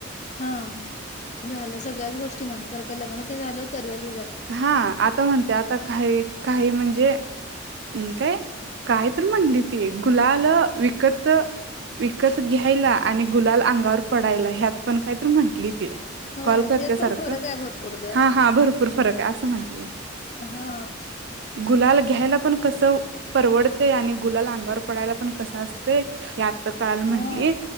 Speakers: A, on the left (about 35°); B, on the right (about 60°).
A: हा झालं सगळ्याच गोष्टी मनासारख्या लग्न बी झालं करिअर बी झालं
B: हा आता म्हणते आता काय? काही म्हणजे? काय काय तर म्हटली ती गुलाल विकत विकत घ्यायला आणि गुलाल अंगावर पडायला ह्यात पण कायतर म्हटली
A: होय
B: कॉल करते
A: त्यात
B: सारखं
A: पण फरक आहे भरपूर ग
B: हा हा भरपूर फरक आहे असं म्हटलीय.
A: हा
B: गुलाल घ्यायला पण कस परवडतय आणि गुलाला अंगावर पडायला पण कस असतय? सकाळला म्हटली
A: हा